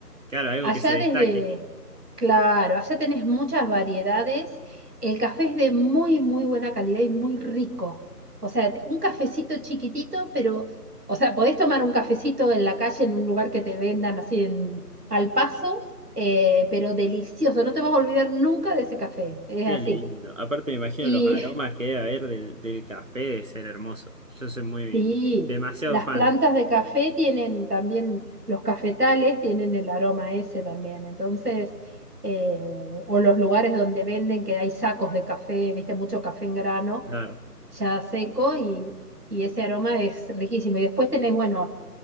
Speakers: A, on the right (about 55°); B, on the right (about 70°).
A: claro, algo
B: Allá
A: que se destaque.
B: desde, claro, allá tenés muchas variedades. El café es de muy, muy buena calidad y muy rico. O sea, un cafecito chiquitito, pero, o sea, podés tomar un cafecito en la calle, en un lugar que te vendan así en, al paso, eh, pero delicioso. No te vas a olvidar nunca de ese café. Es
A: Qué
B: así.
A: lindo. Aparte me imagino
B: Y
A: los aromas que debe haber del, del café de ser hermoso. Yo soy muy
B: Sí,
A: demasiado
B: las
A: fan,
B: plantas de café tienen también, los cafetales tienen el aroma ese también, entonces, eh, o los lugares donde venden que hay sacos de café, viste, mucho café en grano,
A: claro.
B: ya seco, y, y ese aroma es riquísimo. Y después tenés, bueno,